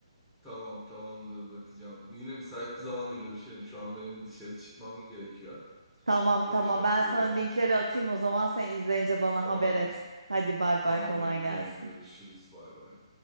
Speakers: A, in the centre; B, on the right (about 80°).
A: Tamam tamamdır bakacağım. Yine müsait bir zamanda görüşelim. Şu an benim bir dışarı çıkmam gerekiyor.
B: Tamam
A: Görüşmek
B: tamam ben
A: üzere.
B: sana linkleri atayım o zaman sen izleyince bana
A: Tamamdır.
B: haber et. Hadi bay
A: Tamam
B: bay kolay
A: bekliyorum.
B: gelsin.
A: Görüşürüz. Bay bay.